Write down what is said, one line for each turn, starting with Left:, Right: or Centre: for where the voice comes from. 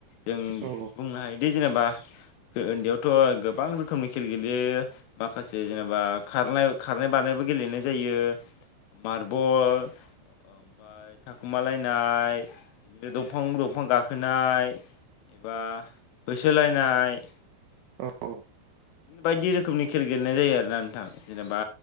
Left: जों
Right: औ
Left: बुंनो हायोदि जेनेबा ओन्दैयावथ' गोबां रोखोमनि खेल गेलेयो माखासे जेनेबा खारनाय खारनाय बारनाय बो गेलेनाय जायो। मार्बल ओमफ्राय थाखुमालायनाय बिदिनो दंफां दंफां गाखोनाय एबा होसोलायनाय
Right: औ औ
Left: बायदि रोखोमनि खेल गेलेनाय जायो आरोना नोंथां जेनेबा